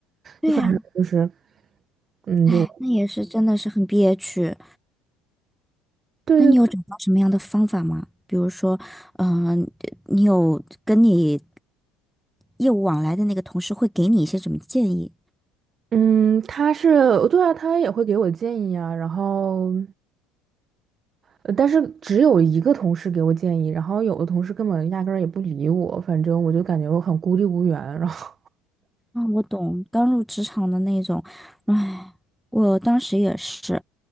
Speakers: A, in the centre; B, on the right (about 40°).
A: 对呀，
B: 就反正就是，嗯，
A: 哎，
B: 就
A: 那也是真的是很憋屈。
B: 对对，
A: 那你有找到什么样的方法吗？比如说，嗯、你有跟你业务往来的那个同事会给你一些什么建议？
B: 嗯，他是对啊，他也会给我建议啊，然后。呃，但是只有一个同事给我建议，然后有的同事根本压根儿也不理我，反正我就感觉我很孤立无援。然后，
A: 啊，我懂，刚入职场的那种，唉，我当时也是。